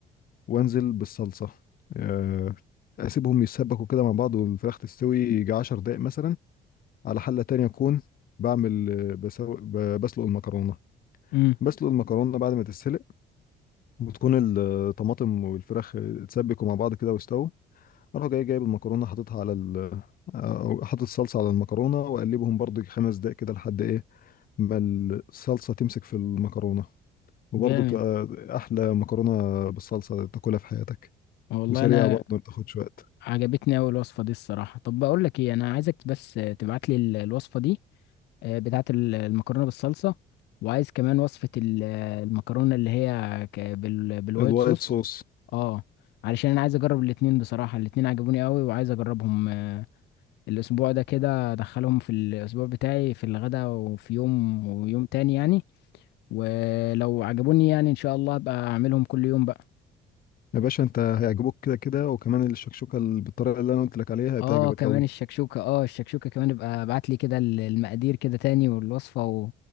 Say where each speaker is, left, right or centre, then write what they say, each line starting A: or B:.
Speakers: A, on the left; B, on the left.
A: وانزل بالصلصه آه، اسيبهم يتسبكوا كده مع بعض والفراخ تستوي يجي 10 دقايق مثلا على حله تانية اكون بعمل آه، بسو... ب- بسلق المكرونه
B: امم
A: بسلق المكرونه بعد ما تتسلق وتكون الطماطم والفراخ اتسبكوا مع بعض كده واستووا اروح جاي جايب المكرونه حاططها على ال... أو حاطط الصلصه على المكرونه واقلبهم برضو خمس دقايق كده لحد ايه ما الصلصه تمسك في المكرونه وبرضه
B: جامد
A: بتبقى احلى مكرونه بالصلصه تاكلها في حياتك
B: والله
A: وسريعه
B: انا
A: برضه ما بتاخدش وقت
B: عجبتني اوي الوصفه دي الصراحه طب بقول لك ايه انا عايزك بس تبعت لي ال- الوصفه دي آه، بتاعه ال- المكرونه بالصلصه وعايز كمان وصفه ال- المكرونه اللي هي ك- بال- بالوايت
A: الوايت
B: صوص
A: صوص
B: اه علشان انا عايز اجرب الاتنين بصراحه الاتنين عجبوني اوي وعايز اجربهم آه، الاسبوع ده كده ادخلهم في الاسبوع بتاعي في الغدا وفي يوم ويوم تاني يعني ولو عجبوني يعني ان شاء الله ابقى اعملهم كل يوم بقى
A: يا باشا انت هيعجبوك كده كده وكمان الشكشوكه اللي بالطريقه اللي انا قلت لك عليها هتعجبك
B: اه كمان
A: قوي
B: الشكشوكة اه الشكشوكة كمان ابقى ابعت لي كده ال- المقادير كده تاني والوصفة و...